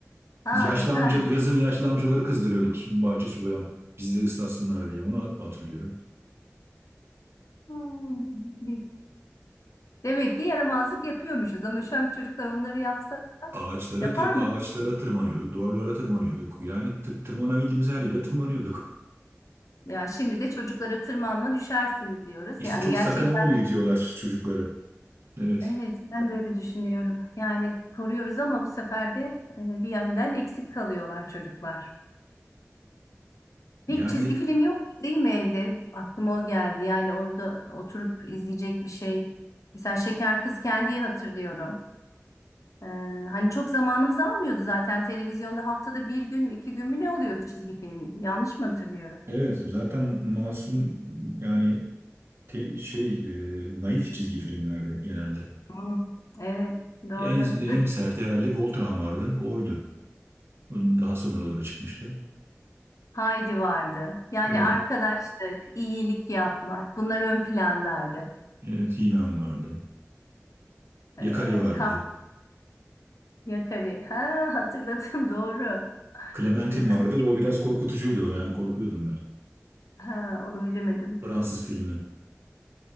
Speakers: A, on the left (about 80°); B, on the right (about 50°).
A: Ha
B: Biz yaşlı
A: güzel.
B: amca, yazın yaşlı amcaları kızdırıyorduk su- bahçe sulayan. Bizi de ıslatsınlar diye onu hatırlıyorum.
A: <laughs> Hmm, Demek ki yaramazlık yapıyormuşuz ama şu an çocuklar onları yapsa
B: Ağaçlara
A: yapar
B: tır-
A: mı?
B: ağaçlara tırmanıyorduk, duvarlara tırmanıyorduk. Yani tır- tırmanabildiğimiz her yere tırmanıyorduk.
A: Ya şimdi de çocuklara tırmanma düşersin diyoruz.
B: İşte
A: Yani
B: çok
A: gerçekten
B: sakınımlı büyütüyorlar çocukları. Evet.
A: evet ben de öyle düşünüyorum. Yani koruyoruz ama bu sefer de e, bir yandan eksik kalıyorlar çocuklar.
B: Yani
A: Pek çizgi film yok değil mi evde? Aklıma o geldi. Yani orada oturup izleyecek bir şey. Mesela Şeker Kız Kendi'yi hatırlıyorum. Ee, hani çok zamanımızı almıyordu zaten televizyonda haftada bir gün mü iki gün mü ne oluyordu çizgi film? Yanlış mı hatırlıyorum?
B: evet zaten masum yani te- şey e, naif çizgi filmlerde genelde.
A: Hmm, Evet, doğru.
B: En en serti herhalde Voltron vardı. Oydu. Onun daha sonralara çıkmıştı.
A: Haydi vardı. Yani
B: Evet,
A: arkadaşlık, iyilik yapmak, bunlar ön plandaydı.
B: evet He-Man vardı.
A: Ee,
B: Yakari
A: Evet,
B: vardı.
A: kah yakarı. Ha, hatırladım, <laughs> doğru.
B: Clementine
A: Ee, kız,
B: vardı. O biraz korkutucuydu. Yani korkuyordum ben.
A: ha, onu bilemedim.
B: Fransız filmi.